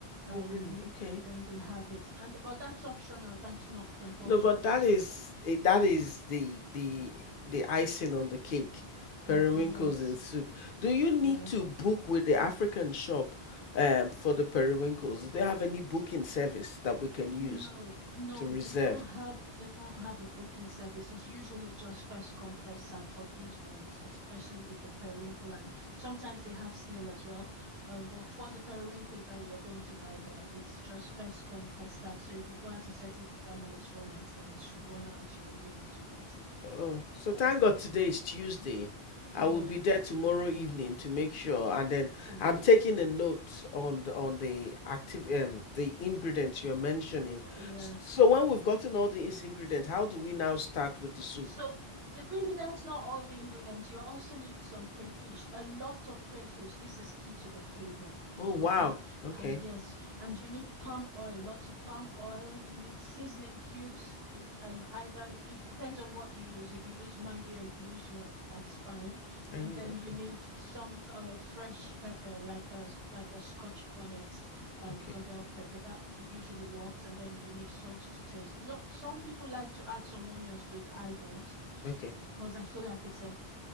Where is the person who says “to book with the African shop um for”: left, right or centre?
Left